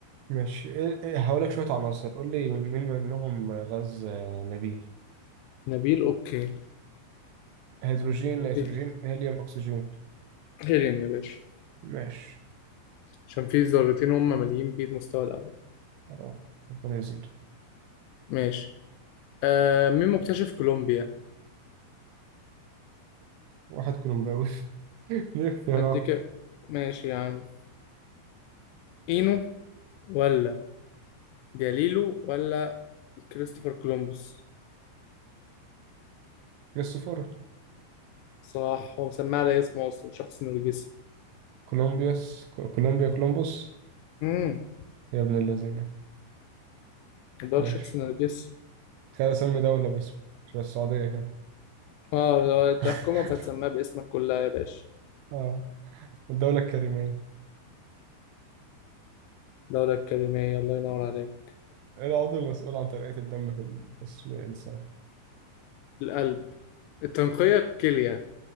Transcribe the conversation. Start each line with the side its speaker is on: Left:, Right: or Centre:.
Right: ماشي إيه- إيه، هقول لك شوية عناصر قول لي مين منهم غاز آه، نبيل
Left: نبيل اوكي
Right: هيدروجين
Left: اديني.
Right: نيتروجين هيليوم أكسجين
Left: هيلين يا باشا
Right: ماشي
Left: عشان في ذرتين هم ماليين بيه المستوى الاول
Right: آه، ربنا يزيد
Left: ماشي آه مين مكتشف كولومبيا
Right: واحد كولومباوي <laughs> ليه اختيارات
Left: قد كده ماشي يا عم اينو ولا جاليلو ولا كريستوفر كولومبوس
Right: كريستوفر
Left: صح هو مسميه على اسمه اصلا شخص نرجسي
Right: كولومبيوس كو- كولومبيا كولومبوس
Left: امم
Right: يا ابن الذين
Left: ده
Right: ماشي
Left: شخص نرجسي
Right: تخيل أسمي دولة باسمي شبه السعودية كده
Left: اه لو
Right: <laughs>
Left: الحكومة فتسميها باسمك كلها يا باشا
Right: اه الدولة الكريمية
Left: الدولة الكلمية الله ينور عليك
Right: العضو المسؤول عن تنقية الدم في جسم الإنسان
Left: القلب التنقية الكلية